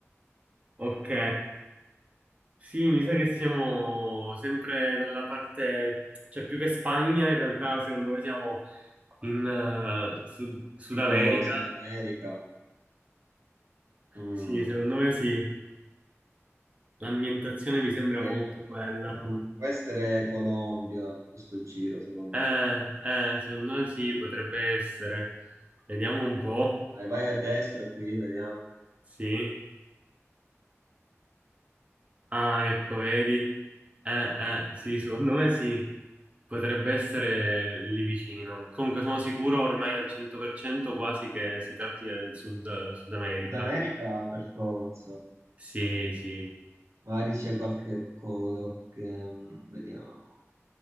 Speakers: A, on the right (about 25°); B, on the right (about 75°).
A: Ok. Sì, mi sa che siamo sempre nella parte... Cioè, più che Spagna, in realtà, secondo me siamo in eh, Sud Sud
B: tipo
A: America.
B: Sud America, mm,
A: Sì, secondo me sì. L'ambientazione mi sembra
B: che-
A: molto quella.
B: mm, può essere Colombia, questo giro secondo
A: Eh,
B: me.
A: eh, secondo me sì, potrebbe essere. Vediamo un po'.
B: Vai, vai a destra qui, vediamo.
A: Sì. Ah, ecco, vedi. Eh, eh, sì, secondo me sì. Potrebbe essere lì vicino. Comunque sono sicuro ormai al 100% quasi che si tratti del Sud, Sud America.
B: Sud America per forza,
A: Sì, sì.
B: magari c'è qualche cosa, qualche, mm, vediamo,